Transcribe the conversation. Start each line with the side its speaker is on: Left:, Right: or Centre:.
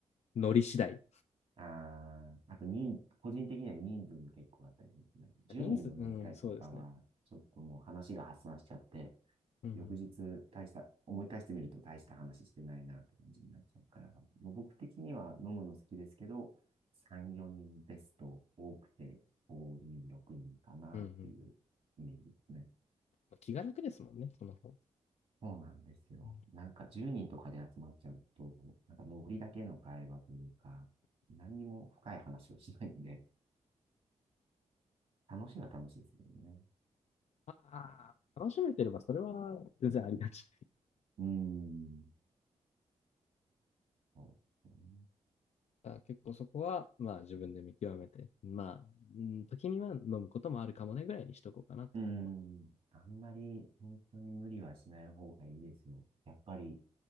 Left: ノリ次第。
Right: ああ、あと人、個人的には人数も結構あったりしますね。10人の飲み会とかは、
Left: 人数、うん、そうですね。
Right: ちょっともう話が発散しちゃって、
Left: うん、
Right: 翌日大した、思い返してみると大した話してないなって感じになっちゃうから、もう僕的には飲むの好きですけど、3、4人ベスト、多くて5人、6人かなっていうイメージですね。
Left: うん、うん。うんまあ気が楽ですもんね、その方。
Right: そうなんですよ。
Left: うん
Right: なんか10人とかで集まっちゃうと、なんかノリだけの会話というか、何にも深い話をしないんで、楽しいは楽しいですけどね。
Left: ああ、楽しめてればそれは全然ありがち。
Right: うーん。そうですね。
Left: あ結構そこは、まあ自分で見極めて、まあ、うん、時には飲むこともあるかもねぐらいにしとこうかなと思う。
Right: うーん。あんまり本当に無理はしない方がいいですよ。やっぱり